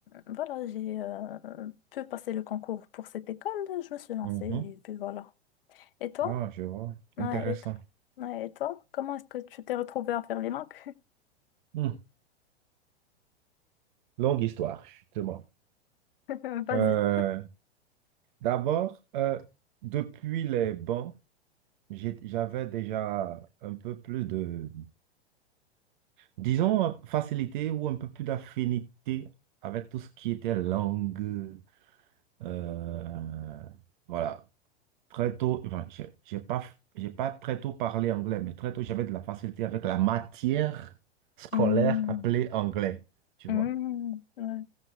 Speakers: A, on the left; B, on the right.
A: voilà, j'ai euh, pu passer le concours pour cette école, je me suis lancée
B: Mhm.
A: et puis voilà. Et toi?
B: Ah, je vois.
A: Ouais,
B: Intéressant.
A: et toi? Ouais, et toi? Comment est-ce que tu t'es retrouvée à faire les langues?
B: Hmm. Longue histoire, justement.
A: <laughs> Vas-y.
B: Euh, d'abord, euh, depuis les bancs, j'ai- j'avais déjà un peu plus de, disons, euh, facilité ou un peu plus d'affinité avec tout ce qui était langue. euh, voilà. Très tôt, enfin, j'ai j'ai pas, j'ai pas très tôt parlé anglais, mais très tôt, j'avais de la facilité avec la matière scolaire
A: Hmm,
B: appelée anglais, tu
A: hmm,
B: vois.
A: ouais.